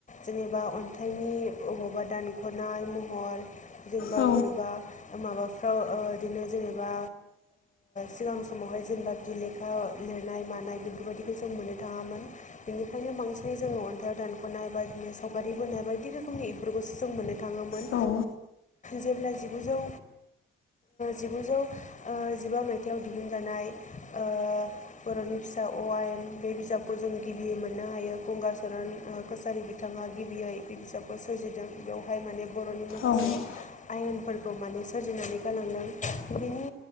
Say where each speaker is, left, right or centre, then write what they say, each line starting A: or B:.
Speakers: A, on the left; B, on the left.
A: जेनेबा अन्थाइनि अबावबा दानख'नाय महर जेनेबा
B: औ
A: बबेबा माबाफ्राव बिदिनो जेनेबा सिगां समावहाय जेनेबा बिदि लेखा लिरनाय मानाय बेफोरबायदिखौ जों मोननो थाङामोन बेनिखायनो बांसिनै जोङो अन्थाइआव दानख'नाय बायदिनो सावगारि बोनाय बायदि रोखोमनि बेफोरखौसो जों मोननो थाङोमोन
B: औ
A: जेब्ला जिगुजौ जिगुजौ जिबा मायथाइाव दिहुनजानाय ओ बर'नि फिसा अ आयेन बे बिजाबखौ जों गिबियै मोननो हायो गंगचरन कसारि बिथाङा गिबियै बे बिजाबखौ सोरजिदों बेयाव हाय माने बर'नि माखासे
B: औ औ
A: आयेनफोरखौ माने सोरजिनानै गालांदों बिनि